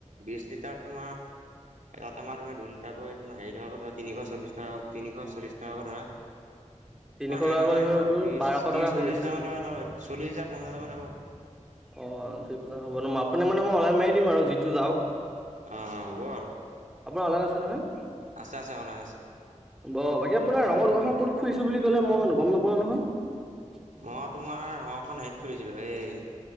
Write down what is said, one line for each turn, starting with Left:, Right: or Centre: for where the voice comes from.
Right: বিশ লিটাৰ তোমাৰ এটা টেমা তুমি দুই লিটাকৈ তোমাৰ হেৰি টকা কৈ ধৰা তিনিশ চলিশ টকা তিনিশ চল্লি টকাকৈ ধৰা।
Centre: <inaudible>
Right: তোমাৰ হেৰিমান
Centre: টকাকৈ
Right: লাগিব
Centre: হৈ
Right: আৰু
Centre: তোৰ
Right: ত্ৰিশ
Centre: বাৰশ
Right: ত্ৰিশ
Centre: টকা হৈ
Right: চল্লিশ
Centre: আছে
Right: হাজাৰ মান টকা যাব চল্লি হাজাৰ পঞ্চাচ হাজাৰ মান যাব।
Centre: অ ধু পছ হ'ব ন মই আপুনি মানে মই অনলাইন মাৰি দিম আৰু যিটো যাওক
Right: অ অ হ'ব আৰু
Centre: আপোনাৰ অলাগ আছে নহয়
Right: আছে আছে অনলাইন আছে।
Centre: ব বাকী আপোনাৰ ৰঙৰ দোকানখন ক'ত খুলিছো বুলি কলে মই গম নাপাওঁ নহয়।
Right: মই তোমাৰ নওখন হেৰিত খুলিছিলো এই